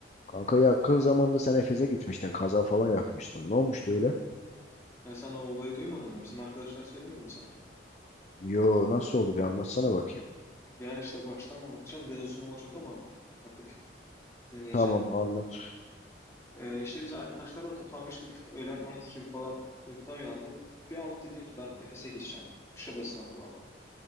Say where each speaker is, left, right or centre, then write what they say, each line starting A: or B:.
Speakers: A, on the left; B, on the left.
A: Kanka yakın zamanda sen Efes'e gitmiştin. Kaza falan yapmıştın. Ne olmuştu öyle?
B: Ya sen o olayı duymadın mı? Bizim arkadaşlar söylemedi mi sana?
A: Yo nasıl oldu bir anlatsana bakayım.
B: Ya işte baştan anlatacağım. Biraz uzun olacak ama artık dinleyeceğim.
A: Tamam anlat.
B: Ee, işte biz arkadaşlarla toplanmıştık. Öğlen 12 gibi falan uykudan uyandım. Bir anlık dedim ki ben Efes'e gideceğim. Kuşadası'na falan.